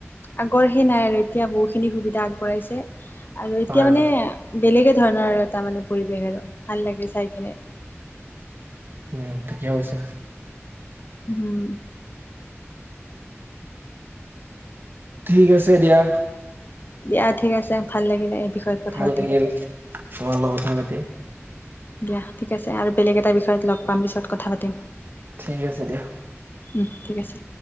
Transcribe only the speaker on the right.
হয়
হয়
উম থিকে কৈছা।
ঠিক আছে দিয়া।
ভাল
লাগিল তোমাৰ লগত কথা পাতি।
ঠিক আছে দিয়া